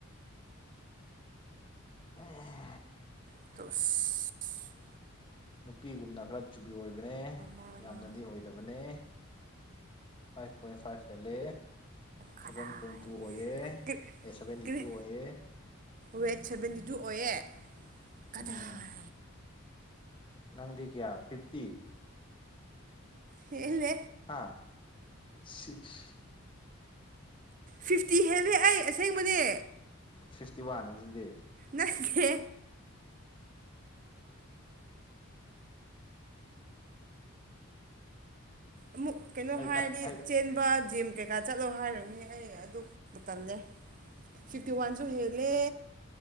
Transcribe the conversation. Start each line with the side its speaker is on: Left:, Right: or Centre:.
Left: ꯎꯝ
Right: ꯇꯣꯁ
Left: ꯅꯨꯄꯤꯒꯨꯝꯅ ꯈꯔ ꯆꯨꯕꯤ ꯑꯣꯏꯕꯅꯦ
Right: ꯃꯥꯅ
Left: ꯌꯥꯝꯅꯗꯤ ꯑꯣꯏꯗꯕꯅꯦ ꯐꯥꯏꯚ ꯄꯣꯏ ꯐꯥꯏꯚ ꯍꯦꯂꯦ
Right: ꯀꯗꯥꯏ
Left: ꯁꯚꯦꯟ ꯄꯣꯏꯟ ꯇꯨ ꯑꯣꯏꯌꯦ
Right: ꯀꯔꯤ
Left: ꯑꯦ ꯁꯚꯦꯟꯇꯤ
Right: ꯀꯔꯤ
Left: ꯇꯨ ꯑꯣꯏꯌꯦ
Right: ꯋꯦꯠ ꯁꯚꯦꯟꯇꯤ ꯇꯨ ꯑꯣꯏꯌꯦ ꯀꯗꯥꯏ
Left: ꯎꯝ ꯅꯪꯗꯤ ꯀꯌꯥ ꯐꯤꯞꯇꯤ
Right: ꯍꯦꯂꯦ
Left: ꯍꯥꯥ ꯁꯤꯛꯁ
Right: ꯐꯤꯐꯇꯤ ꯍꯦꯜꯂꯦ ꯑꯩ ꯑꯁꯦꯡꯕꯅꯦ
Left: ꯐꯤꯐꯇꯤ ꯋꯥꯟ ꯑꯗꯨꯗꯤ
Right: ꯅꯪꯀꯦ ꯑꯃꯨꯛ ꯀꯩꯅꯣ
Left: ꯑꯩ
Right: ꯍꯥꯏꯔꯗꯤ
Left: ꯊꯥꯔ ꯑꯩ
Right: ꯆꯦꯟꯕ ꯖꯤꯝ ꯀꯩꯀꯥ ꯆꯠꯂꯣ ꯍꯥꯏꯔꯅꯤ ꯑꯩ ꯑꯗꯨꯕꯨ ꯇꯜꯂꯦ
Left: ꯎꯝ
Right: ꯐꯤꯐꯇꯤ ꯋꯥꯟꯖꯨ ꯍꯦꯜꯂꯦ